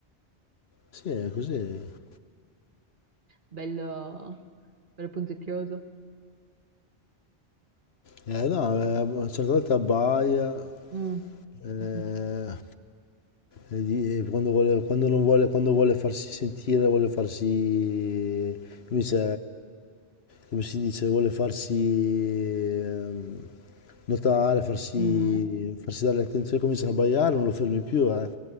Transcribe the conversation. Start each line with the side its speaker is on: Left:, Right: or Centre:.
Left: Sì, è così.
Right: Bello, bello punzecchioso.
Left: Eh, no, eh, a una certa volta abbaia,
Right: Mm.
Left: eh,
Right: Mm,
Left: e di- e quando vuole, quando non vuole, quando vuole farsi sentire, vuole farsi, come si come si dice, vuole farsi ehm, notare, farsi,
Right: mm, mhm.
Left: farsi dare attenzione, comincia a abbaiare, non lo fermi più, eh.